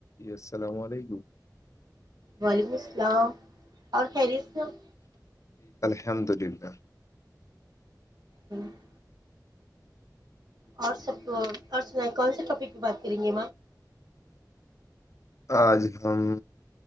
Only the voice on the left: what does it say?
ی السلام علیکم
احمددین کا <unintelligible>
آج ہم